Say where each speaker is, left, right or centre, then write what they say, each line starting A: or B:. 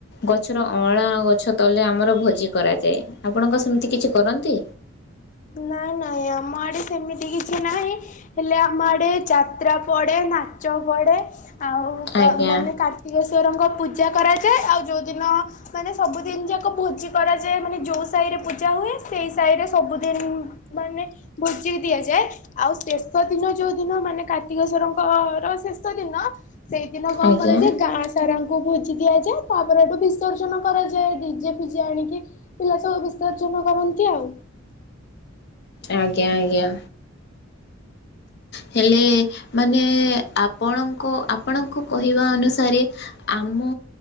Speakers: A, on the left; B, on the left.
A: ଗଛର ଅଁଳା ଗଛ ତଲେ ଆମର ଭୋଜି କରାଯାଏ। ଆପଣଙ୍କ ସେମିତି କିଛି କରନ୍ତି?
B: ନାଇଁ ନାଇଁ ଆମ ଆଡେ ସେମିତି କିଛି ନାହିଁ ହେଲେ ଆମ ଆଡେ ଯାତ୍ରା ପଡେ ନାଚ ପଡେ ଆଉ
A: ଆଜ୍ଞା
B: ମାନେ କାର୍ତ୍ତିକେଶ୍ଵରଙ୍କ ପୂଜା କରାଯାଏ ଆଉ ଦିନ ମାନେ ସବୁଦିନ ଯାକ ଭୋଜି କରାଯାଏ ମାନେ ଯୋଉ ସାହି ରେ ପୂଜା ହୁଏ ସେଇ ସାହି ରେ ସବୁଦିନ ମାନେ ଭୋଜି ଦିଆଯାଏ ଆଉ ଶେଷ ଦିନ ଯୋଉ ଦିନ ମାନେ କାର୍ତ୍ତିକେଶ୍ୱଵରଙ୍କର ଶେଷ ଦିନ ସେଇଦିନ କଣ
A: ଆଜ୍ଞା
B: କରାଯଏ ଗାଁ ସାରାଙ୍କୁ ଭୋଜି ଦିଆଯାଏ। ତା ଏଠୁ ବିସର୍ଜନ କରାଯାଏ ଡିଜେ ଫିଜେ ଆଣିକି ପିଲା ସବୁ ବିସର୍ଜନ କରନ୍ତି ଆଉ।
A: ଆଜ୍ଞା ଆଜ୍ଞା। ହେଲେ ମାନେ ଆପଣଙ୍କ ଆପଣଙ୍କ କହିବା ଅନୁସାରେ ଆମ